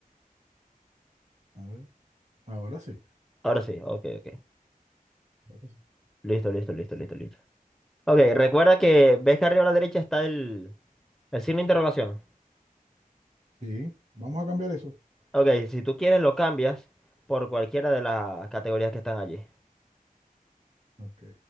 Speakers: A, on the right; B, in the centre.
A: A ver. Ahora sí.
B: Ahora sí, ok, ok.
A: Ahora sí.
B: Listo, listo, listo, listo, listo. Ok, recuerda que ves que arriba a la derecha está el, el signo de interrogación.
A: Sí, vamos a cambiar eso.
B: Ok, si tú quieres lo cambias por cualquiera de las categorías que están allí.
A: Ok.